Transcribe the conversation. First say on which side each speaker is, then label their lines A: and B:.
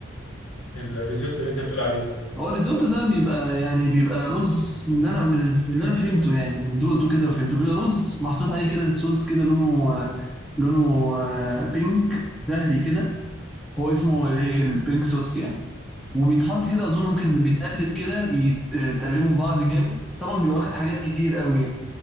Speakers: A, on the left; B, in the centre.
A: الريزوتو اللي انت بتقول عليه ده
B: هو الريزوتو ده بيبقى يعني بيبقى رز من اللي انا من اللي انا فهمته يعني من دقته كده وفهمته بيبقى رز محطوط عليه كده صوص كده لونه آه، لونه آه، بينك زهري كده هو اسمه الايه البينك صوص يعني وبيتحط كده اظن ممكن اللي بيتقلب كده بيتقلبوا في بعض جامد طبعا بيبقى واخد حاجات كتير قوي يعني